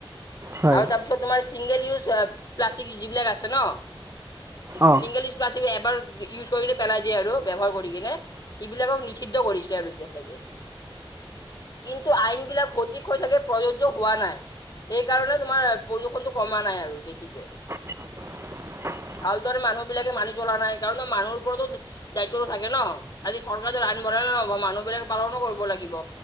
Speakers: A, on the right; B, on the left.
A: হয়
B: আৰু তাৰপিছত <unintelligible> তোমাৰ ছিংগেল ইউজ প্লাষ্টিক যি যিবিলাক আছে ন'
A: অ
B: ছিংগেল <unintelligible> এবাৰ ইউজ কৰি পেলাই দিয়ে আৰু ব্যৱহাৰ কৰি কিনে। সেইবিলাকক নিষিদ্ধ কৰিছে আৰু এতিয়া চাগে। কিন্তু আইন বিলাক সঠিক হৈ থাকে প্ৰযোজ্য হোৱা নাই, সেইকাৰণে তোমাৰ প্ৰদূষণটো কমা নাই আৰু বেছিকে।
A: <inaudible>
B: ভালদৰে মানুহবিলাকে মানি চলা নাই কাৰণ মানুহৰ ওপৰতো দায়িত্বটো থাকে ন' আজি চৰকাৰে আইন বঢ়লেই নহ'ব মানুহবিলাক পালনো কৰিব লাগিব।